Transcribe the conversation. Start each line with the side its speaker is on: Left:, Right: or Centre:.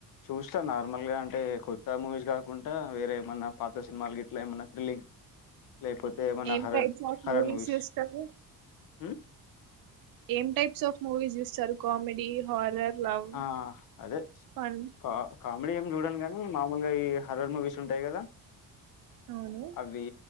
Left: చూస్ చ్చ నార్మల్ గా అంటే కొత్త మూవీస్ కాకుండా వేరే ఏమన్నా పాత సినిమాలు గిట్లా ఏమన్నా థ్రిల్లింగ్ లేపోతే ఏమన్నా
Right: ఏం
Left: horror
Right: types of
Left: horror movies
Right: చూస్తారు
Left: ఉ
Right: ఏం టైప్స్ ఆఫ్ మూవీస్ చూస్తారు కామెడీ, హారర్ లవ్
Left: ఆ అదే
Right: ఫన్
Left: పా కామెడీ ఏం చూడను కానీ మామూలుగా ఈ హర్రర్ మూవీస్ ఉంటాయి కదా.
Right: అవును
Left: అవి